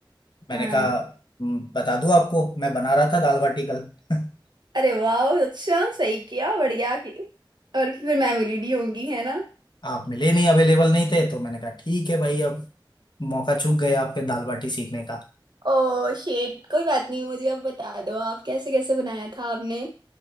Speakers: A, on the left (about 60°); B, on the right (about 60°).
A: मैंने
B: हाँ
A: कहा "हम्म, बता दूं आपको मैं बना रहा था दाल बाटी कल <laughs>
B: अरे वाह अच्छा सही किया बढ़िया कि और फिर मैं मिली नहीं होंगी है ना?
A: आप मिले नहीं अवेलेबल नहीं थे तो मैंने कहा ठीक है भाई अब मौका चूक गए आपके दाल बाटी सीखने
B: ओ शेट कोई बात नहीं मुझे अब बता दो आप कैसे कैसे बनाया था आपने